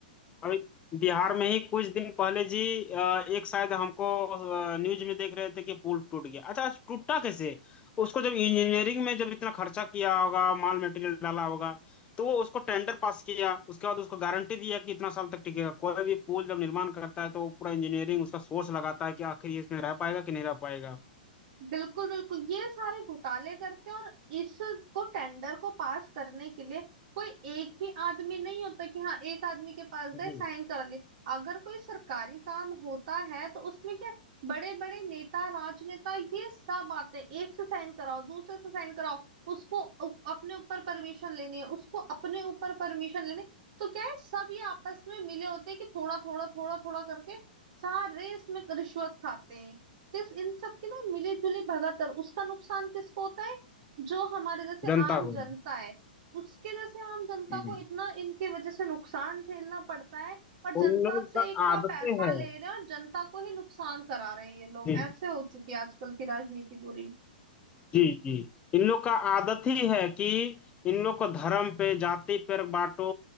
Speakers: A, on the left; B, on the right.
A: अभी बिहार में ही कुछ दिन पहले जी अ, एक शायद हमको अ, न्यूज में देख रहे थे कि पुल टूट गया अच्छा टूटा कैसे उसको जब इंजीनियरिंग में जब इतना खर्चा किया होगा माल मटेरियल डाला होगा तो वो उसको टेंडर पास किया उसके बाद उसको गारंटी दिया कि इतना साल तक टिकेगा कोई भी पुल जब निर्माण करता है तो वो पूरा इंजीनियरिंग उसका सोर्स लगाता है कि आखिर ये इसमें रह पाएगा कि नहीं रह पाएगा
B: बिल्कुल बिल्कुल ये सारे घोटाले करते हैं और इसको टेंडर को पास करने के लिए कोई एक ही आदमी नहीं होता कि हाँ एक आदमी के पास
A: जी
B: गए साइन करा लिए अगर कोई सरकारी काम होता है तो उसमें क्या बड़े बड़े नेता राजनेता ये सब आते हैं एक से साइन कराओ दूसरे से साइन कराओ उसको उप, अपने ऊपर परमिशन लेनी है उसको अपने ऊपर परमिशन लेनी तो क्या है सब ये आपस में मिले होते हैं कि थोड़ा थोड़ा थोड़ा थोड़ा करके सारे इसमें रिश्वत खाते हैं तो इस- इन सब की ना मिली जुली भगत है। और उसका नुकसान किसको होता है जो हमारे जैसे
A: जनता
B: आम
A: को
B: जनता है उसके जैसे आम जनता
A: हम्म।
B: को इतना इनकी वजह से नुकसान झेलना पड़ता है और जनता
A: उन लोगों
B: से
A: का
B: का
A: आदतें
B: पैसा
A: हैं
B: ले रहे हैं और जनता को ही नुकसान करा रहे हैं ये लोग
A: जी
B: ऐसे हो चुकी है आजकल की राजनीति पूरी
A: जी जी इन लोग का आदत ही है कि इन लोग को धर्म पे जाति पर बांटो